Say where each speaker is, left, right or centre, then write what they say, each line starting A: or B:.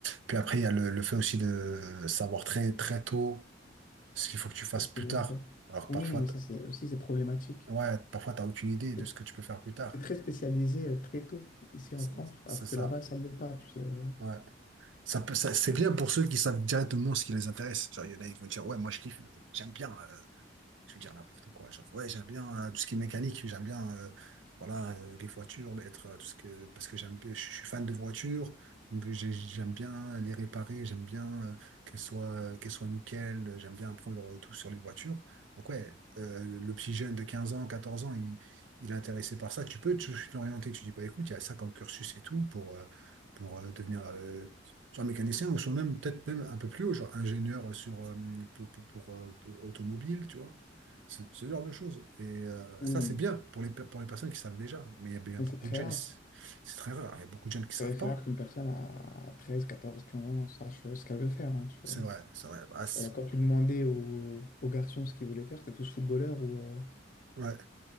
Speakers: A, on the right; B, on the left.
A: puis après, il y a le, le fait aussi de savoir très, très tôt ce qu'il faut que tu fasses
B: a-
A: plus tard. Alors, que
B: Oui,
A: parfois,
B: mais ça c'est aussi c'est problématique.
A: Ouais, parfois, t'as aucune idée de
B: C'est
A: ce que tu peux faire plus tard.
B: c'est très spécialisé euh, très tôt ici en
A: C'est
B: France,
A: c'est
B: alors
A: ça.
B: que là-bas ça ne l'est pas, tu sais. euh.
A: Ouais. Ça peut, ça- c'est bien pour ceux qui savent directement ce qui les intéresse. Genre, il y en a, ils vont dire, ouais, moi, je kiffe, j'aime bien. euh, je veux dire n'importe quoi. Genre, ouais, j'aime bien euh, tout ce qui est mécanique, j'aime bien euh, voilà, euh, les voitures, être, euh, tout ce que, parce que j'aime, bien- je suis fan de voitures, donc j'ai- j'aime bien les réparer, j'aime bien euh, qu'elles soient, euh, qu'elles soient nickel, euh, j'aime bien apprendre euh, tout sur les voitures. Donc, ouais, euh, le petit jeune de 15 ans, 14 ans, il, il est intéressé par ça. Tu peux te- l'orienter, tu dis, bah écoute, il y a ça comme cursus et tout pour, euh, pour euh, devenir. euh, soit mécanicien ou soit même peut-être même un peu plus haut, genre ingénieur sur, euh, pour, pour, pour, euh, pour automobile, tu vois. Ce, ce genre de choses. Et euh,
B: Oui,
A: ça,
B: mais
A: c'est bien pour les, per- pour les personnes qui savent déjà. Mais il y a, il y a
B: mais
A: beaucoup
B: c'est très
A: de jeunes,
B: rare.
A: c'est c'est très rare. Il y a beaucoup de jeunes qui
B: C'est
A: savent pas.
B: très rare qu'une personne à treize quatorze 15 ans sache euh, ce qu'elle veut faire. hein, tu sais.
A: C'est vrai, c'est vrai. Ah, c'est-
B: Euh, Quand tu demandais aux, aux garçons ce qu'ils voulaient faire, c'était tous footballeurs ou, euh,
A: ouais,